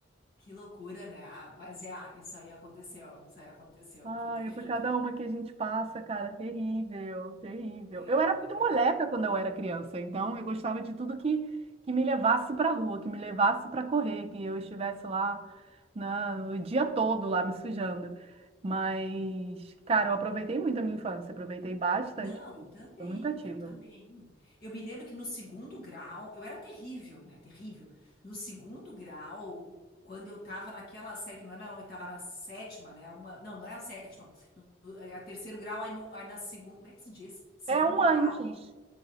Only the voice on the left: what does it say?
Que loucura, né? Ah, Mas é, ah, isso aí aconteceu, isso aí aconteceu.
Foi terrível.
É,
é verdade.
Não, eu também,
eu também. Eu me lembro que no segundo grau, eu era terrível, né? Terrível. No segundo grau, quando eu tava naquela série, que não era, eu tava na sétima, né? Uma, não, não é a sétima. No- no- É a terceiro grau, aí, no, aí na segunda, como é que se diz? Segundo
grau.